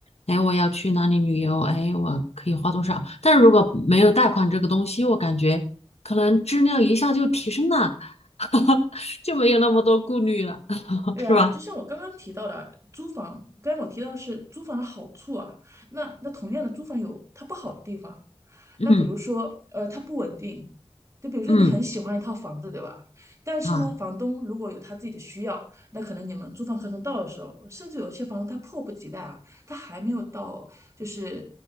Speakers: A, on the left; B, on the right.
A: 哎，我要去哪里旅游，哎，我可以花多少。但如果没有贷款这个东西，我感觉可能质量一下就提升了，<laughs> 就没有那么多顾虑了，<laughs>
B: 对啊，
A: 是吧？
B: 就像我刚刚提到的，租房，刚刚我提到的是租房的好处啊，那那同样的，租房有它不好的地方，
A: 嗯
B: 那比如说，呃，它不稳定，就比如说你很喜欢一套房子，
A: 嗯。
B: 对吧？但是呢，
A: 啊。
B: 房东如果有他自己的需要，那可能你们租房合同到的时候，甚至有些房东他迫不及待啊，他还没有到就是